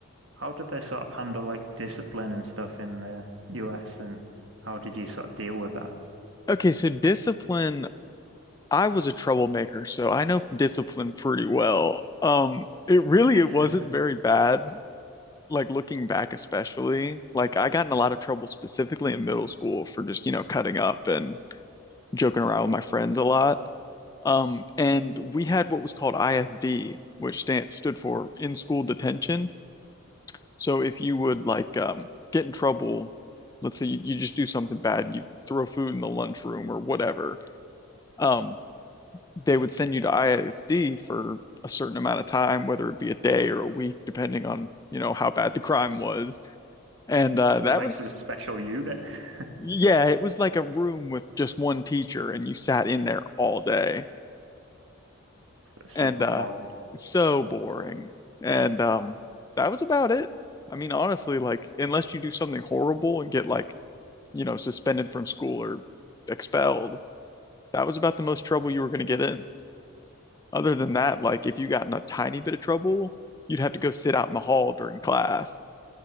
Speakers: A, on the right; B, on the left.
A: How did they sort of handle like discipline and stuff in the US, and how did you sort of deal with that?
B: Okay, so discipline I was a troublemaker, so I know discipline pretty well. Um, it really
A: <laughs>
B: it wasn't very bad, like looking back especially. Like I got in a lot of trouble specifically in middle school for just, you know, cutting up and joking around with my friends a lot. Um, and we had what was called ISD, which stand, stood for in school detention. So if you would like um, get in trouble, let's say you, you just do something bad, you throw food in the lunchroom or whatever. Um, they would send you to ISD for a certain amount of time, whether it be a day or a week, depending on, you know, how bad the crime was. And uh,
A: Sounds
B: that
A: like
B: was,
A: some special unit. <laughs>
B: yeah, it was like a room with just one teacher and you sat in there all day.
A: So it's super
B: And uh,
A: boring.
B: so boring. And um, that was about it. I mean, honestly, like, unless you do something horrible and get like, you know, suspended from school or expelled, that was about the most trouble you were going to get in. Other than
A: Do
B: that, like if you got in a tiny bit of trouble, you'd have to go sit out in the hall during class.